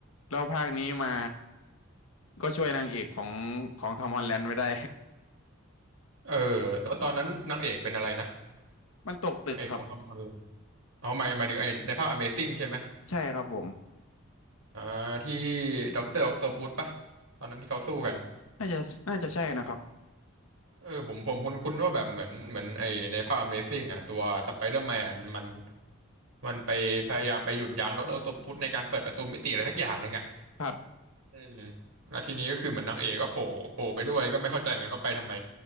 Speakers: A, on the left; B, on the right.
A: แล้วภาคนี้มาก็ช่วยนางเอกของของทอมฮอลแลนด์ไม่ได้
B: เออแล้วตอนนั้นนางเอกเป็นอะไรนะ
A: <laughs> มันตกตึกครับ
B: นางเอกของทอมฮอลแลนด์อ๋อหมายหมายถึงไอ้ในภาค Amazing ใช่ไหม
A: ใช่ครับผม
B: อ่าที่ด็อกเตอร์ออกโตปุสป่ะตอนนั้นที่เขาสู้กัน
A: น่าจะน่าจะใช่นะครับ
B: เออผมผมคุ้นๆว่าแบบเหมือนเหมือนไอในภาพ Amazing อ่ะตัวสไปเดอร์แมนมันมันไปพยายามไปหยุดยั้งดรออคโตปุสในการเปิดประตูมิติอะไรสักอย่างหนึ่งอ่ะ
A: ครับ
B: อืมแล้วทีนี้ก็คือเหมือนนางเอกก็โผล่โผล่ไปด้วยก็ไม่เข้าใจเหมือนกันว่าไปทำไม